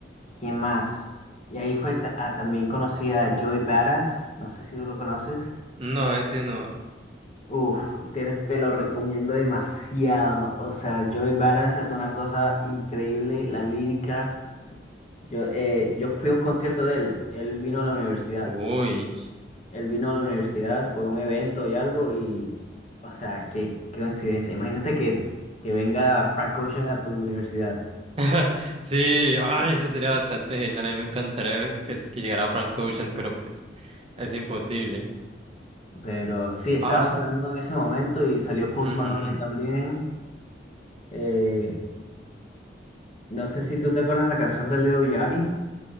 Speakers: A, on the left; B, on the right.
A: ¿quién más? Y ahí fue, ta- ah, también conocí a Joey Badass, no sé si tú lo conoces.
B: No, ese no.
A: Uf, tienes- te, lo recomiendo demasiado. O sea, Joey Badass es una cosa increíble, la lírica. Yo, eh, yo fui a un concierto de él, él vino a la universidad.
B: Uy.
A: Él vino a la universidad por un evento y algo y, o sea, qué, qué coincidencia. Imagínate que, que venga Frank Ocean a tu universidad.
B: <laughs> Sí, ay, eso sería bastante genial. A mí me encantaría que, que llegara Frank Ocean, pero pues es imposible.
A: Pero sí, estaba
B: Ah,
A: sonando en ese momento y salió Post
B: mhm
A: Malone ahí también. Eh, no sé si tú te acuerdas de la canción de Leo Yachty.